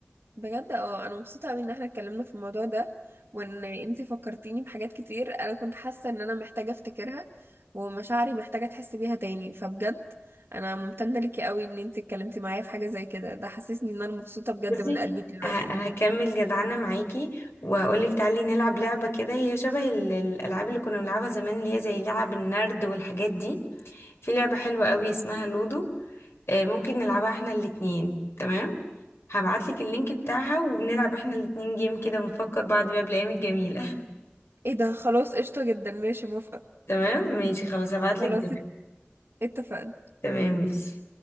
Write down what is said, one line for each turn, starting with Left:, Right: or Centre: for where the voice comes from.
Right: بجد اه انا مبسوطه قوي ان احنا اتكلمنا في الموضوع ده وان انتي فكرتيني بحاجات كتير انا كنت حاسه ان انا محتاجه افتكرها ومشاعري محتاجه تحس بيها تاني فبجد انا ممتنه ليكي قوي ان انتي اتكلمتي معايا في حاجه زي كده ده حسسني ان انا مبسوطه بجد
Left: بصي
Right: من قلبي دلوقتي
Left: ه- هكمل جدعانة معاكي وهقولك تعالي نلعب لعبة كده هي شبه ال- الألعاب اللي كنا بنلعبها زمان اللي هي زي لعب النرد والحاجات دي في لعبة حلوة قوي اسمها لودو آه، ممكن نلعبها احنا الاتنين تمام هبعتلك اللينك بتاعها وبنلعب احنا الاتنين جيم كده ونفكر بعض بقى بالأيام الجميلة
Right: ايه ده خلاص قشطه جدا ماشي موافقه
Left: تمام ماشي خلاص هبعتلك
Right: خلاص
Left: دلوقتي
Right: ات- اتفقنا
Left: تمام ماشي